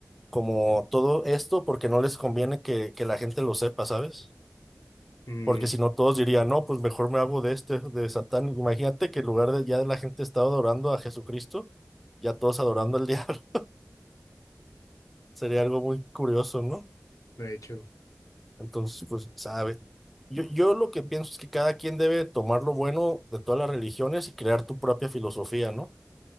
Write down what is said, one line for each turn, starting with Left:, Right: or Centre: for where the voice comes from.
Centre: como todo esto porque no les conviene que, que la gente lo sepa, ¿sabes?
Left: mm.
Centre: Porque si no, todos dirían, no, pues mejor me hago de este, de Satán. Imagínate que en lugar de ya la gente estaba adorando a Jesucristo, ya todos adorando
Left: Ujú.
Centre: al <laughs> diablo. Sería algo muy curioso, ¿no?
Left: De hecho,
Centre: Entonces, pues, sabe. Yo, yo lo que pienso es que cada quien debe tomar lo bueno de todas las religiones y crear tu propia filosofía, ¿no?